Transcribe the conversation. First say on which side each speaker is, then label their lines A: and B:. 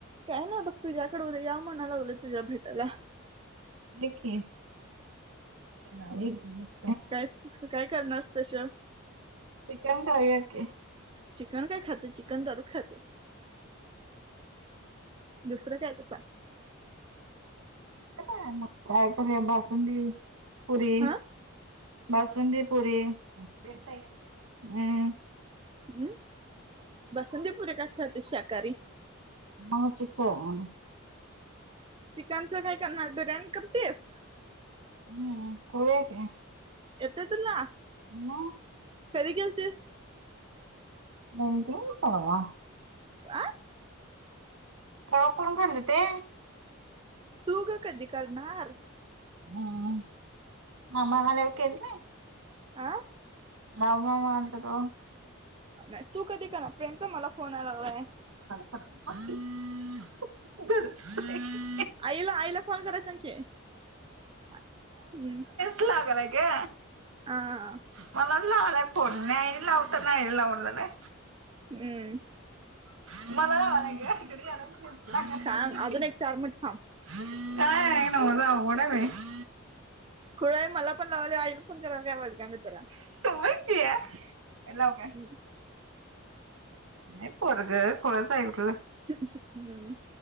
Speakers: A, on the right; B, on the right.
A: काय ना बघ तुझ्याकडे उद्या या म्हणालावलं तुझ्या भेटायला
B: लीह की नाव लिही,
A: कायच काय करणारस तश,
B: चिकन करूयात की,
A: चिकन काय खाता चिकन दररोज खाते, दुसरं काय तसा,
B: आता काय मग काय करुया बासुंदी पुरी,
A: हा
B: बासुंदी पुरी हम्,
A: हम् बसती पुुरे का खात शाकाहारी,
B: हा चिकन,
A: चिकनचं काय करणार बिर्याणी करतियेस,
B: हम्म करुया की
A: येते तुला,
B: म,
A: कधी केलतीस,
B: बँक मन परवा,
A: आं,
B: कोलाकडून खाल्ले ते,
A: तू ग कधी करणार,
B: हम्म मामा आल्यावर केल नाही,
A: आ,
B: बाळू मामा आलते तेव्हा,
A: नाही तू कधी करणार फ्रेंडचा मला फोन आलेला आहे,
B: बड,
A: आईला आईला फोन कराय सांग की, हम्म
B: तू लागलाय का,
A: आह,
B: मला लावयला आहे फोन पन नाही लावत नाही लावून, नाही
A: हम्म.
B: <unintelligible>
A: थांब अजून एक
B: <unintelligible>
A: चार मिनिट थांब खुळाय मला पण लावाले आईला फोन कराला काय <inaudible> मी तुला
B: <unintelligible>
A: हम्म.
B: नाही पोरगं खुळचं हाय कुठलं
A: हम्म